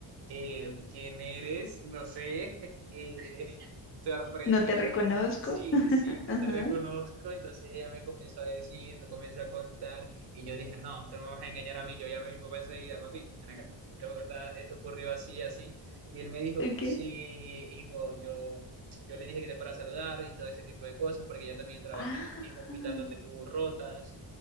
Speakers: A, on the right; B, on the left.
A: eh, ¿quién eres? No sé, <laughs> eh, sorprendido.
B: No te reconozco.
A: Sí, sí, no
B: Ajá,
A: te reconozco. Entonces ella me comenzó a decir, me comenzó a contar. Y yo dije, no, tú no me vas a engañar a mí. Yo llamé a mi papá enseguida, papi, ven acá. Esto, está- esto ocurrió así, así. Y él me dijo,
B: ok.
A: sí, hijo, yo yo le dije que era para saludar y todo ese tipo de cosas, porque ella también trabaja
B: Ah,
A: en el mismo hospital donde tú rotas.